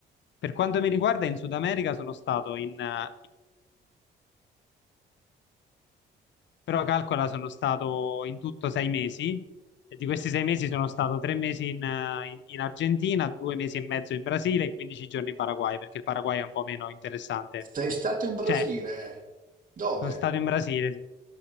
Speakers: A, on the left; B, on the right.
A: Per quanto mi riguarda, in Sud America sono stato in, eh, però calcola, sono stato in tutto sei mesi, e di questi sei mesi sono stato tre mesi in, eh, in- in Argentina, due mesi e mezzo in Brasile e 15 giorni in Paraguay, perché il Paraguay è un po' meno interessante.
B: Sei stato in Brasile?
A: Cioè,
B: Dove?
A: Sono stato in Brasile, sì.